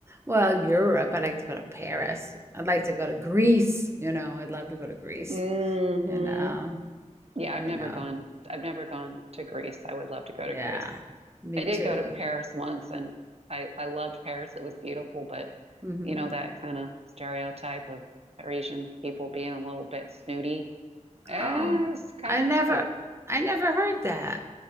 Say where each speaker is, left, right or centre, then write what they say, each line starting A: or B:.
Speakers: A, on the right; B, on the right.
A: Well, Europe. I'd like to go to Paris. I'd like to go to Greece. You know, I'd love to go to Greece.
B: hmm
A: You know.
B: Yeah, I've
A: You
B: never
A: know.
B: gone. I've never gone to Greece. I would love to go
A: Yeah.
B: to Greece.
A: Me
B: I did
A: too.
B: go to Paris once and I, I loved Paris. It was beautiful, but
A: Mhm.
B: you know, that kind of stereotype of Parisian people being a little bit snooty, eh,
A: Oh,
B: it's kind
A: I never
B: of true.
A: I never heard that.